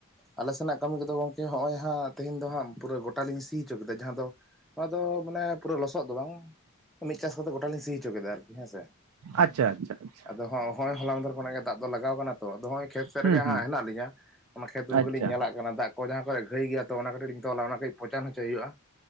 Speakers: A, in the centre; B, on the right.
A: ᱟᱞᱮ ᱥᱮᱱᱟᱜ ᱠᱟᱹᱢᱤ ᱠᱚᱫᱚ ᱜᱚᱝᱠᱮ ᱦᱚᱜᱼᱚᱭ ᱦᱟᱸᱜ ᱛᱮᱦᱮᱧ ᱫᱚ ᱦᱟᱸᱜ ᱯᱩᱨᱟᱹ ᱜᱚᱴᱟᱞᱤᱧ ᱥᱤ ᱦᱚᱪᱚ ᱠᱮᱫᱟ ᱡᱟᱦᱟᱸ ᱫᱚ ᱱᱚᱣᱟ ᱫᱚ ᱢᱟᱱᱮ ᱯᱩᱨᱟᱹ ᱞᱚᱥᱚᱫ ᱫᱚ ᱵᱟᱝ ᱢᱤᱫ ᱪᱟᱥ ᱠᱟᱛᱮᱫ ᱜᱚᱴᱟ ᱞᱤᱧ ᱥᱤ ᱦᱚᱪᱚ ᱠᱮᱫᱟ ᱟᱨᱠᱤ ᱦᱮᱸᱥᱮ᱾
B: ᱟᱪᱪᱷᱟ ᱟᱪᱪᱷᱟ ᱟᱪᱪᱷᱟ᱾
A: ᱟᱫᱚ ᱦᱚᱸ ᱦᱚᱸᱜᱼᱚᱭ ᱦᱚᱞᱟᱝᱫᱚᱨ ᱠᱷᱚᱱᱟᱜ ᱜᱮ ᱫᱟᱜ ᱫᱚ ᱞᱟᱜᱟᱣ ᱠᱟᱱᱟ ᱛᱚ ᱟᱫᱚᱜᱚᱭ ᱠᱷᱮᱛ ᱥᱮᱫ
B: ᱦᱩᱸ
A: ᱨᱮᱜᱮ
B: ᱦᱩᱸ
A: ᱦᱟᱸᱜ ᱦᱮᱱᱟᱜᱞᱤᱧᱟ᱾ ᱠᱷᱮᱛ
B: ᱟᱪᱪᱷᱟ
A: ᱠᱚᱜᱮ ᱞᱤᱧ ᱧᱮᱞᱟ ᱠᱟᱱᱟ ᱫᱟᱜ ᱠᱚ ᱡᱟᱦᱟᱸ ᱠᱚᱨᱮ ᱜᱷᱟᱹᱭ ᱜᱮᱭᱟ ᱛᱚ ᱚᱱᱟ ᱠᱟᱹᱴᱤᱡ ᱞᱤᱧ ᱛᱚᱞᱟ ᱚᱱᱟ ᱠᱟᱹᱴᱤᱡ ᱯᱚᱪᱟᱱ ᱦᱚᱪᱚᱭ ᱦᱩᱭᱩᱜᱼᱟ᱾